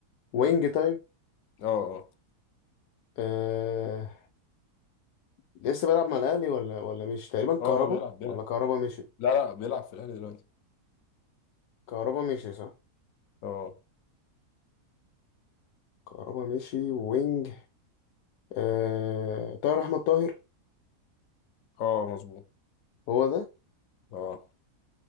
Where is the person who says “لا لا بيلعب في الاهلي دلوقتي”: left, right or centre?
Left